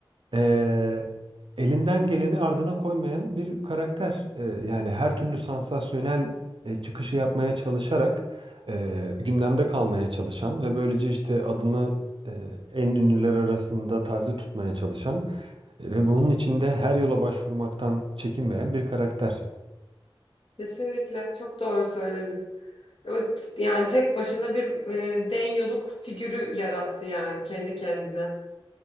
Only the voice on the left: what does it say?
Kesinlikle çok doğru söyledin. O, yani tek başına bir e, den yoluk figürü yarattı yani kendi kendine.